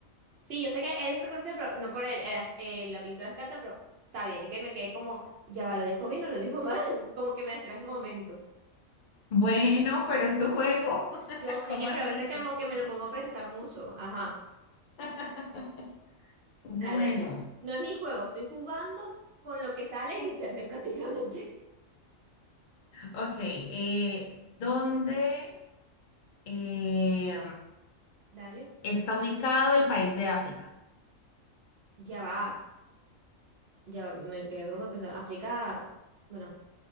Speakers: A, on the right; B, on the left.
A: Sí, yo sé que él es reconocido, pero no por el- el- el- la pintura abstracta, pero está bien, es que me quedé como, ya va, ¿lo dijo bien o lo dijo mal? <laughs> Como que me distraje un momento.
B: Bueno, pero es tu juego. <laughs>
A: Yo sé,
B: ¿Cómo así?
A: pero a veces
B: ¿Qué
A: como
B: pasó?
A: que me lo pongo a pensar mucho. Ajá.
B: <laughs> Bueno,
A: Dale, dale. No es mi juego, estoy jugando con lo que sale en internet prácticamente.
B: ok. eh, ¿dónde eh,
A: <laughs> Dale.
B: está ubicado el país de África?
A: Ya va. Ya va, me quedo como empezó. África, bueno,